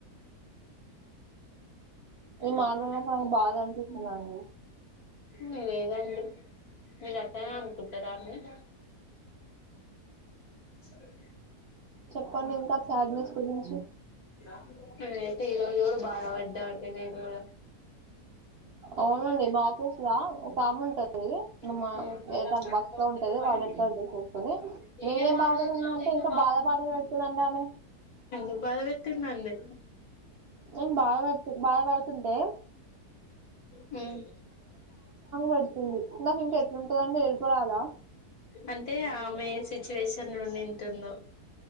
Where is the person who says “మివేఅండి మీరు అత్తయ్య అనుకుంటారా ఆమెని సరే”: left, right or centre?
Left